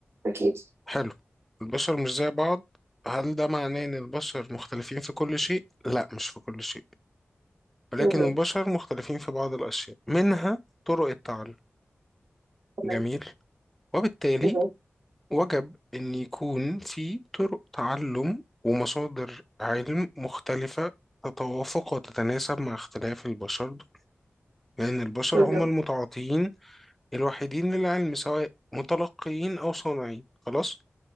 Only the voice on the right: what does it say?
أكيد
مهم.
تمام
مهم.
مهم.